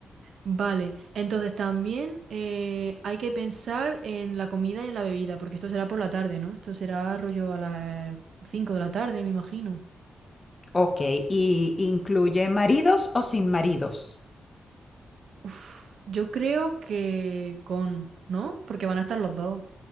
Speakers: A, on the right; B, on the left.
A: Vale, entonces también eh, hay que pensar en la comida y en la bebida, porque esto será por la tarde, ¿no? Esto será rollo a las 5 de la tarde, me imagino.
B: Ok, ¿y incluye maridos o sin maridos?
A: Uf, yo creo que con, ¿no? Porque van a estar los dos.